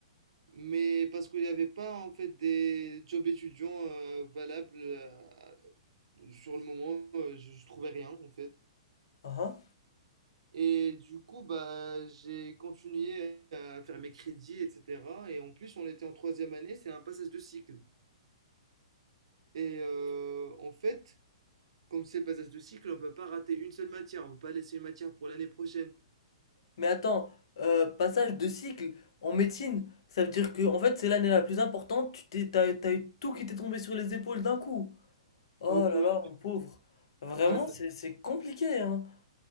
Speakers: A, on the right; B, on the left.
A: mais parce qu'il n'y avait pas en fait des jobs étudiants euh, valables euh, sur le moment, euh, je, je trouvais rien en fait.
B: Ah ah.
A: Et du coup, bah, j'ai continué à faire mes crédits, etc. Et en plus, on était en troisième année, c'est un passage de cycle. Et euh, en fait, Comme c'est le passage de cycle, on peut pas rater une seule matière, on peut pas laisser une matière pour l'année prochaine.
B: Mais attends, euh, passage de cycle en médecine, ça veut dire que, en fait, c'est l'année la plus importante, tu t'es, t'as, t'as eu tout qui t'est tombé sur les épaules d'un coup. Oh
A: Oh que
B: là
A: oui,
B: là, mon pauvre. Vraiment,
A: Ah, ça-
B: c'est, c'est compliqué, hein.